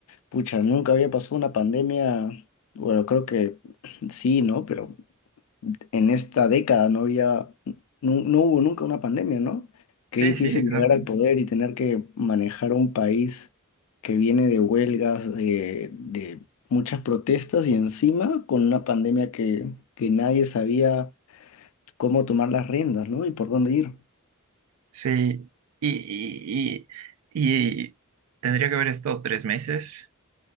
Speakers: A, on the left (about 70°); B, on the right (about 80°).
A: pucha, nunca había pasado una pandemia, bueno, creo que sí, ¿no? Pero en esta década no había, nu- no, hubo nunca una pandemia, ¿no? Qué
B: Sí,
A: difícil
B: sí, exacto.
A: llegar al poder y tener que manejar un país que viene de huelgas, de, de muchas protestas y encima con una pandemia que, que nadie sabía cómo tomar las riendas, ¿no? Y por dónde ir.
B: Sí, y, y, y, y tendría que haber estado tres meses.